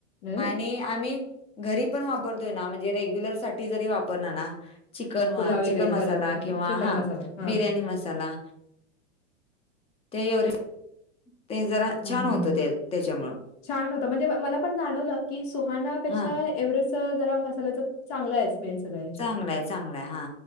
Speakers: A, on the left; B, on the left.
A: अं?
B: आणि आम्ही घरी पण वापरतोय ना म्हणजे रेग्युलर साठी जरी वापरला ना? चिकन हां.
A: पुलाव
B: चिकन
A: वगैरे
B: मसाला
A: करताना
B: किंवा
A: चिकन
B: हा
A: मसाला हां.
B: बिर्याणी मसाला. ते एवे ते जरा
A: हं,
B: छान
A: हं,
B: होतं
A: हं.
B: त्या त्याच्यामुळं.
A: छान होत. म्हणजे मला पण जाणवलं की सुहानापेक्षा
B: हां,
A: एव्हरेस्ट जरा मसाल्याचं चांगलं आहे. स्मेल सगळ्याचे.
B: चांगलाय चांगलाय हा